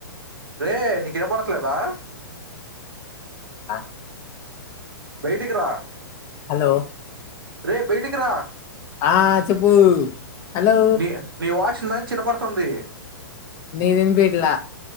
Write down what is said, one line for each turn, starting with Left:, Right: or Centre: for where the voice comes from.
Right: రే నీకిన బడట్లేదా
Left: ఆ
Right: బయటికిరా
Left: హలో
Right: రే బయటికిరా
Left: ఆ చెప్పు హలో
Right: ని నీవా చ్చింద చిన్నబడతంది
Left: నీదినిపిట్లా